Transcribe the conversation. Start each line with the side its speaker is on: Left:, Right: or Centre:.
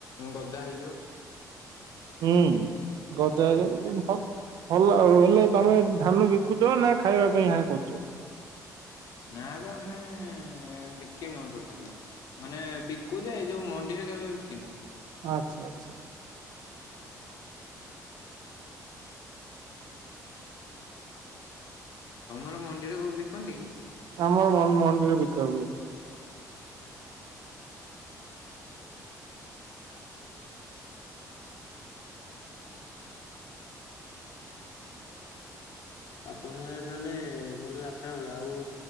Left: ଗଜା ହେଇଯିବ।
Right: ହୁଁ ଗଜା ହେଇଯିବ <unintelligible> ଭଲ, ଆଉ ହେଲେ ତମେ ଧାନ ବିକୁଛ ନା, ଖାଇବା ପାଇଁ ଏହା କରୁଛ?
Left: ନାବେ, ଆମେ ବିକି ନାହୁଁ ଟୋଟାଲ। ମାନେ, ବିକୁ ଯେ, ଯୋଉ ମଣ୍ଡିରେ କେବେ ବିକିନୁ।
Right: ଆଚ୍ଛା, ଆଚ୍ଛା।
Left: ତମର ମଣ୍ଡିରେ ଉ ବିକନ୍ତି କି?
Right: ଆମର ମଣ୍ଡିରେ ବିକା ହୁଏ।
Left: <inaudible> ଆପଣଙ୍କ ଆଡେ ତାହେଲେ ଭଲ ଯାତ୍ରା ହୁଏ। ଆଉ